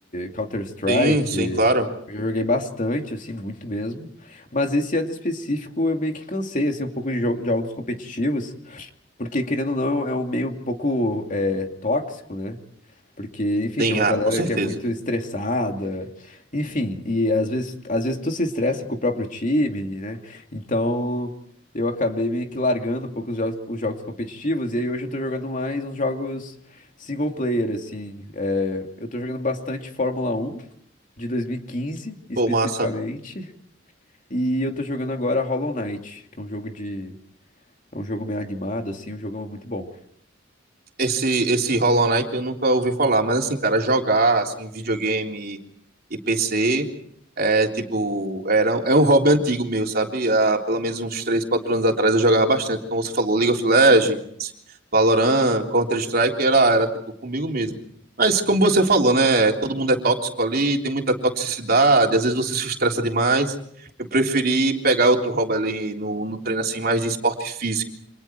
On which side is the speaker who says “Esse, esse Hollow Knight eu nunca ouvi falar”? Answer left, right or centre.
Right